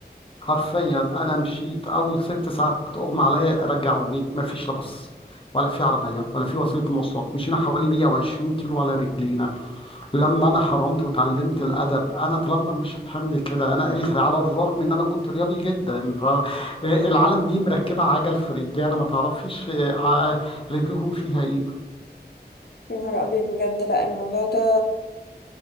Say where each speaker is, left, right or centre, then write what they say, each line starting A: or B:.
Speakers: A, on the left; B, on the left.
A: حرفيا انا مشيت اول ست ساعات اغمى عليا رجعوني مفيش لا بص ولا في عربيه ولا في وسيله مواصلات مشينا حوالي 120 كيلو على رجلينا لما انا حرمت وتعلمت الادب انا طالما مش حمل كده انا الي خير على الرغم ان انا كنت رياضي جدا فالعالم دي مركبه عجل في رجلي انا ما تعرفيش آه، آه، رجلهم فيها ايه
B: يا نهار ابيض بجد لا الموضوع ده